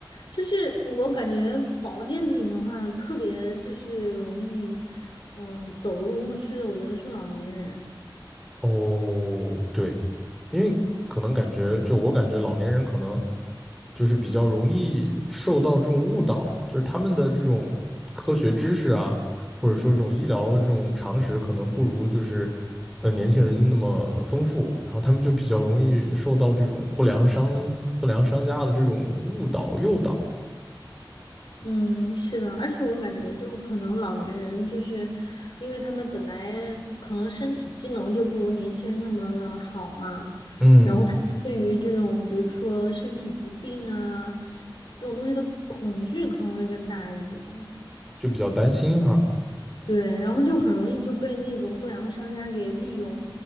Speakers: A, on the left; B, in the centre.
A: 就是我感觉保健品的话，特别就是容易，嗯，走入误区的，我觉得是老年人。
B: 哦，对，因为可能感觉就我感觉老年人可能就是比较容易受到这种误导，就是他们的这种科学知识啊，或者说这种医疗的这种常识，可能不如就是呃年轻人那么丰富，然后他们就比较容易受到这种不良商不良商家的这种误导诱导，
A: 嗯，是的，而且我感觉就可能老年人就是，因为他们本来可能身体机能就不如年轻人那么的好嘛，
B: 嗯，
A: 然后他们对于这种比如说身体疾病啊这种东西的恐惧可能会更大一点，
B: 就比较担心哈，
A: 对，然后就很容易就被那种不良商家给利用，